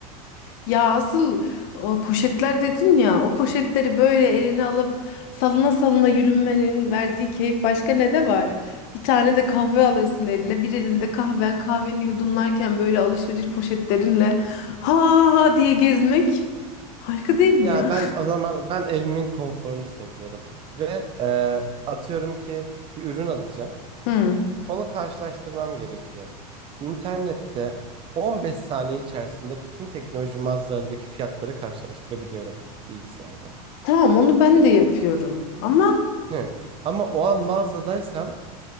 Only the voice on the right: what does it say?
Ya
ben o zaman ben evimin konforunu seviyorum ve e, atıyorum ki bir ürün alacağım.
Onu karşılaştırmam gerekiyor. İnternette 15 saniye içerisinde bütün teknoloji mağazalarındaki fiyatları karşılaştırabiliyorum bilgisayardan.
Hı. Ama o an mağazadaysam